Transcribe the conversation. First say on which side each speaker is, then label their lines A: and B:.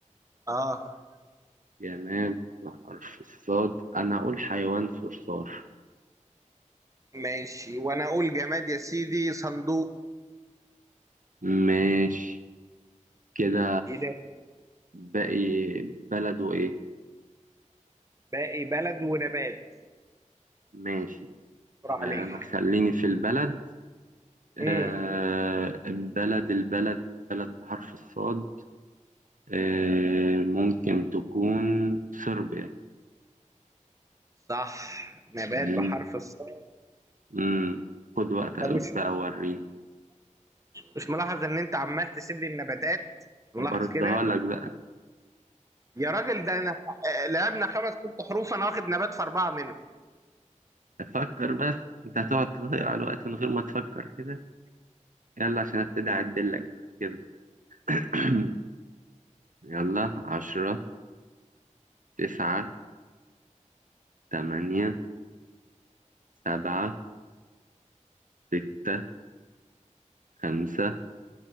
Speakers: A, on the right (about 25°); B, on the right (about 80°).
A: آه
B: جماد بحرف الصاد أنا أقول حيوان صرصار
A: ماشي وأنا أقول جماد يا سيدي صندوق
B: ماشي كده
A: إيه ده؟
B: باقي بلد وإيه
A: باقي بلد ونبات
B: ماشي
A: برافو
B: آه،
A: عليك
B: أنا خليني في البلد آه،
A: امم
B: البلد البلد بلد بحرف الصاد آه، ممكن تكون صربيا
A: صح نبات
B: مم.
A: بحرف الصاد
B: مم. خد وقتك
A: ده مش
B: بقى وريني
A: مش ملاحظ ان انت عمال تسيب لي النباتات مش ملاحظ
B: أبردها
A: كده
B: لك بقى
A: يا راجل ده انا آه، لعبنا خمس ست حروف انا واخد نبات في اربعه منهم
B: فكر بس انت هتقعد تضيع الوقت من غير ما تفكر كده يلا عشان ابتدي اعدلك بقى كده <clears throat> يلا عشرة تسعة تمانية سبعة ستة خمسة